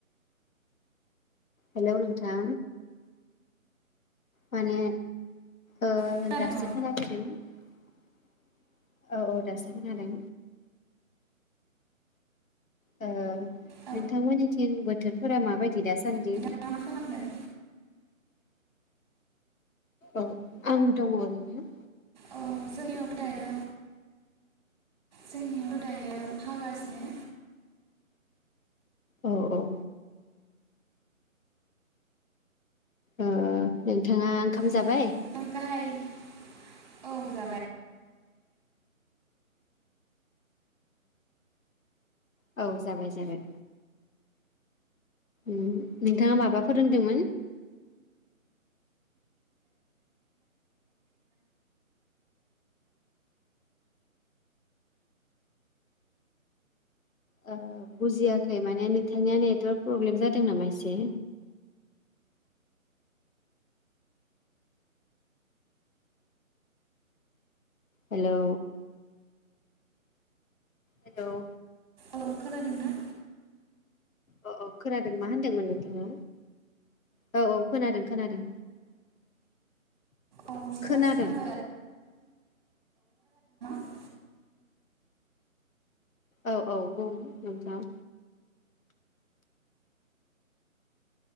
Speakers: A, on the left; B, on the right.
A: हेलौ नोंथां माने ओ
B: खोनादों
A: दासो खोना फैदों औ औ दासो खोनादों ओ नोंथांमोननिथिं
B: औ
A: बोथोरफोरा माबायदि दासा सानदि
B: नोंथाङा मा खालामदों
A: औ आंबो दङ ओरैनो
B: औ जोंनियावथ दायो जोंनियावथ दायो अखा हागासिनो
A: औ औ ओ नोंथाङा ओंखाम
B: <unintelligible>
A: जाबाय
B: औ जाबाय
A: औ जाबाय जाबाय ओम नोंथाङा माबाफोर ओनदोंमोन ओ बुजियाखै माने नोंथांनिया नेटवारक प्रब्लेम जादों नामा एसे हेलौ हेलौ
B: औ खोनादों ना
A: अ अ खोनादों मा होनदोंमोन नोंथाङा औ औ खोनादों खोनादों
B: अ बिदिब्ला
A: खोनादों
B: जोङो <unintelligible>
A: औ औ बुं नोंथां।